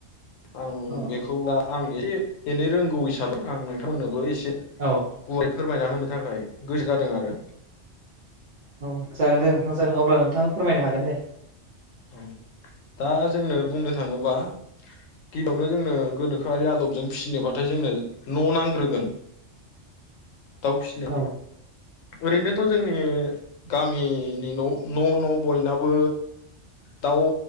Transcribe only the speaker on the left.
आं
बेखौ ला आं एसे एनै रोंगौ हिसाबै आं नोंथांमोननोबो एसे
गय फोरमायना होनो थाखाय गोसो जादों आरो
औ दा जोंनो बुंनो थाङोबा गिबियावनो जोंनो गोनोखोआरि आदबजों फिसिनोबाथाय जोंनो न' नांग्रोगोन। दाउ फिसिनो
ओरैनोथ' जोंनि गामिनि न' न' न' बयनाबो दाउ